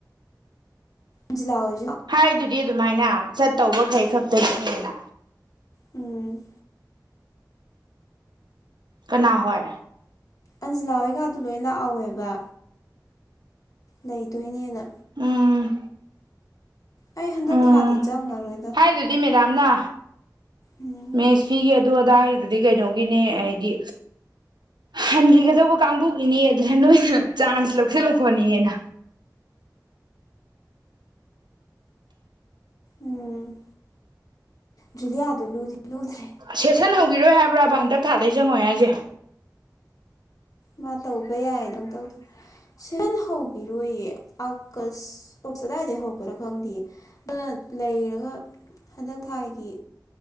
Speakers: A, on the left (about 50°); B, on the right (about 85°).
A: ꯖꯤꯂꯥꯑꯣ
B: ꯍꯥꯏꯗꯨꯗꯤ ꯑꯗꯨꯃꯥꯏꯅ ꯆꯠꯇꯧꯕꯈꯩ ꯈꯛꯇꯒꯤꯅꯦꯅ
A: ꯎꯝ
B: ꯀꯅꯥ ꯍꯣꯏ
A: ꯑꯟꯖꯤꯂꯥ ꯍꯣꯏꯒꯗꯨ ꯂꯣꯏ ꯂꯥꯛꯍꯧꯋꯦꯕ ꯂꯩꯗꯣꯏꯅꯦꯅ
B: ꯎꯝ
A: ꯑꯩ ꯍꯟꯗꯛ
B: ꯎꯝ
A: ꯊꯥꯗꯤ ꯆꯪꯉꯔꯣꯏ
B: ꯍꯥꯏꯗꯨꯗꯤ ꯃꯦꯗꯥꯝ ꯅꯥ
A: ꯎꯝ
B: ꯃꯦꯁ ꯐꯤꯒꯤ ꯑꯗꯨ ꯑꯗꯥꯏꯒꯤꯗꯨꯗꯤ ꯀꯩꯅꯣꯒꯤꯅꯦ ꯍꯥꯏꯗꯤ ꯍꯟꯈꯤꯒꯗꯧꯕ ꯀꯥꯡꯕꯨꯒꯤꯅꯦ ꯑꯗꯨꯅ ꯅꯣꯏꯅ ꯆꯥꯟꯁ ꯂꯧꯁꯤꯜꯂꯛꯄꯅꯤꯅ
A: ꯎꯝ ꯖꯨꯂꯤꯌꯥꯗꯣ ꯂꯨꯗꯤ ꯂꯨꯗ꯭ꯔꯦ
B: ꯁꯦꯁꯟ ꯍꯧꯈꯤꯔꯣꯏ ꯍꯥꯏꯕ꯭ꯔꯥꯕ ꯍꯟꯗꯛ ꯊꯥꯗ ꯆꯪꯉꯣꯏ ꯍꯥꯏꯁꯦ
A: ꯃꯥ ꯇꯧꯕ ꯌꯥꯏꯅ ꯄꯪꯇꯧ ꯇꯧ ꯁꯦꯁꯟ ꯍꯧꯈꯤꯔꯣꯏꯌꯦ ꯑꯥꯒꯁ ꯑꯒꯁꯋꯥꯏꯗꯩ ꯍꯧꯈ꯭ꯔꯥ ꯈꯪꯗꯦ ꯑꯗꯨꯅ ꯂꯩꯔꯒ ꯍꯟꯗꯛ ꯊꯥꯒꯤ